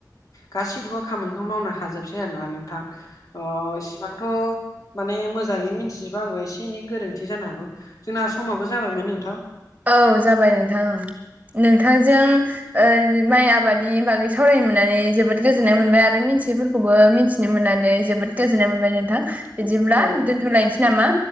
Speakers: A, on the left; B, on the right.
A: गासैखौबो खामानिखौ मावनो हाजोबसै आरोना नोंथां अ इसिबांथ' माने मोजाङै मिथिजोबा आंबो एसे एसे एनै गोरोन्थि जानो हागौ जोंना समाबो जाबायमोन नोंथां
B: औ जाबाय नोंथां औ नोंथांजों ओ माइ आबादनि बागै सावरायनो मोननानै जोबोद गोजोननाय मोनबाय आरो मिन्थिफोरखौबो मिथि नो मोननानै जोबोद गोजोननाय मोनबाय नोंथां बिदिब्ला
A: औ
B: दोन्थ'लायनोसै नामा